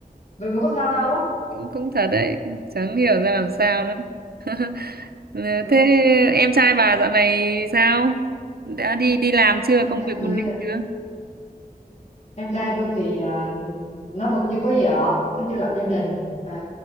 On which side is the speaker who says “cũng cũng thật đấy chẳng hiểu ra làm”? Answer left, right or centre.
Right